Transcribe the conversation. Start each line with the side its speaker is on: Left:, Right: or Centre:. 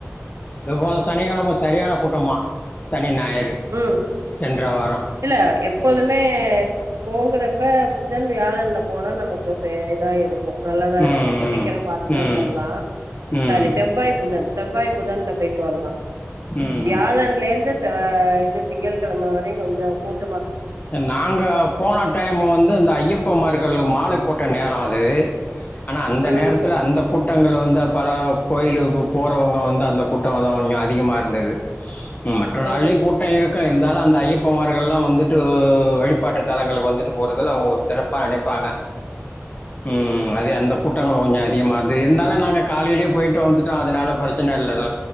Left: இது போல சனிக்கிழமை சரியான கூட்டமா சனி னி நாயரு
Right: ம்
Left: சென்றவாரம்
Right: இல்ல எப்போதுமே போகுறப்ப புதன் வியாழன்ல போனா நமக்கு சே இதா இருக்கும் நல்லதா
Left: ம்
Right: இருக்கும்
Left: ம்,
Right: சீக்கிரம் பாத்துட்டு
Left: ம்
Right: வந்துரலாம்
Left: ம்
Right: சாரி செவ்வாய் புதன் செவ்வாய் புதன்ல போயிட்டு வரலா
Left: ம்
Right: வியாழன்ல இருந்து ஹா இது திங்கள் கிழம வரையும் கொஞ்சோ கூத்
Left: நாங்க போன டைம் வந்து இந்த ஐயப்ப மார்கள் மாலை போட்ட நேரோ அது ஆனா அந்த
Right: ம்
Left: நேரத்தில்ல அந்த கூட்டங்கள் வந்து பல கோயிலுக்கு போறவங்க வந்து அந்த குட்டம் கொஞ்சம் அதிகமா இருந்துது மற்ற நாள்ளையும்
Right: ம்
Left: கூட்டம் இருக் ங்க இருந்தாலு அந்த ஐயப்பமார்கள்லா வந்து டூ வழிபாட்டு தலங்களுக்கு வந்துட்டு போறதுல அவங்க ஒரு சிறப்பா நினைப்பாங்க உம்
Right: ம்
Left: அதே அந்த கூட்டங்களும் கொஞ்ஞா டீமார்ட்டூ இருந்தாலும் நாங்க காலையிலயே போயிட்டு வந்துட்டோம் அதனால பிரச்சனை இல்லட